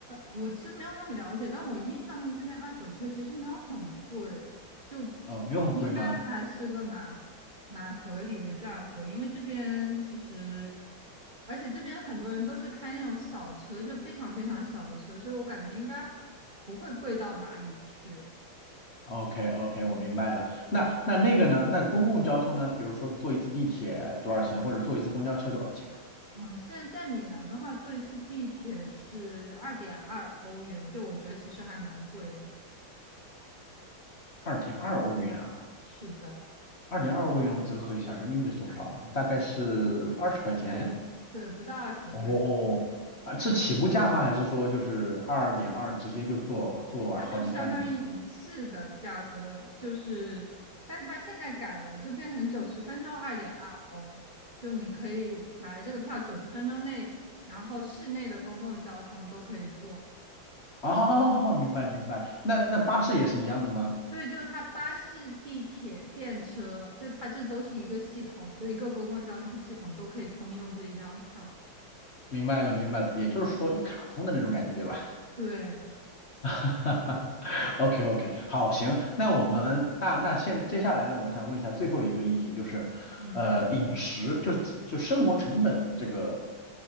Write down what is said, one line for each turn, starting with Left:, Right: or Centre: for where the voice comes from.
Right: 我其实没有那么了解，但我印象中这边二手车其实没有很贵，就
Left: 哦，没有很贵吗？
Right: 应该还是个蛮蛮合理的价格。因为这边其实，而且这边很多人都是开那种小车，就非常非常小的车，所以我感觉应该不会贵到哪里去。
Left: OK OK，我明白了。那那那个呢？那公共交通呢？比如说坐一次地铁多少钱，或者坐一次公交车多少钱啊？
Right: 嗯，现在在米兰的话，坐一次地铁是二点二欧元，就我觉得其实还蛮贵的。
Left: 二点二欧元啊，
Right: 是的，
Left: 二点二欧元我折合一下，人民币是多少啊？大概是二十块钱。
Right: 嗯，对，不到二十块钱。
Left: 哦，啊，是起步价吗？还是说就是二点二直接就坐坐完好几站那种？
Right: 它就相当于一次的价格，就是，但它现在改了，就变成九十分钟二点二欧，就你可以买了这个票，九十分钟内，然后市内的公共交通都可以坐。
Left: 哦，明白明白。那那巴士也是一样的吗？
Right: 对，就它巴士、地铁、电车，就它这都是一个系统，就一个公共交通系统都可以通用这一张票。
Left: 明白了明白了，也就是说一卡通的那种感觉，对吧？
Right: 对，
Left: <laughs> 哈哈 OK OK，好，行，那我们那那现接下来呢，我想问一下最后一个议题，就是呃饮食，
Right: 嗯，
Left: 就是就生活成本这个